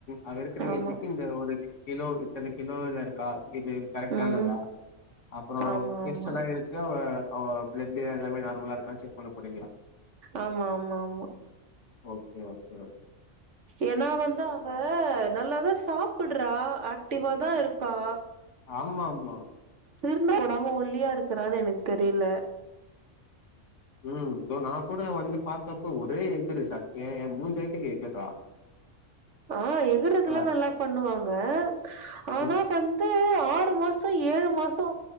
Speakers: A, on the left; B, on the right.
A: அவ இருக்கிற
B: ஆமா
A: ஏஜிக்கு இந்த ஒரு கிலோ இத்தன கிலோல இருக்கா இது கரெக்ட்டானதா
B: ம்
A: அப்புறோ
B: ஆமா
A: டெஸ்ட்டுல்லா
B: ஆமா
A: எடுத்து அவ அவ ப்ளட்டு எல்லாமே நார்மலா இருக்கான் செக் பண்ண போறீங்களா
B: ஆமா ஆமா ஆமா
A: ஓகே ஓகே ஓகே
B: ஏனா வந்து அவ நல்லாதா சாப்புட்றா ஆக் டிவா தா இருக்கா
A: ஆமாம்மா
B: <unintelligible> போடாம ஒல்லியா இருக்குறானு எனக்கு தெரியில
A: ம் இதோ நா கூட வந்து பாத்தப்போ ஒரே எகுரு சட் எ என் மூஞ்சு ஹைட்டுக்கு எகுர்றா
B: ஆ எகுறதுலா
A: இருக்கா.
B: நல்லா பண்ணுவாங்க ஆனா
A: ம்ஹ்ம்.
B: வந் து ஆறு மாச ஏழு மாசோ